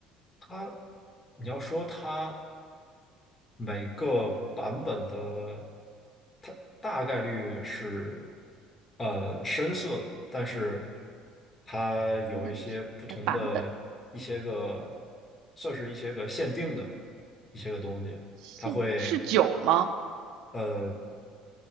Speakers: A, on the left (about 15°); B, on the right (about 65°).
A: 它，你要说它每个版本的，它大概率是呃深色的，但是它有一些不同的一些个，
B: 那于是还版本
A: 算是一些个限定的一些个东西，
B: 现是酒吗？
A: 它会呃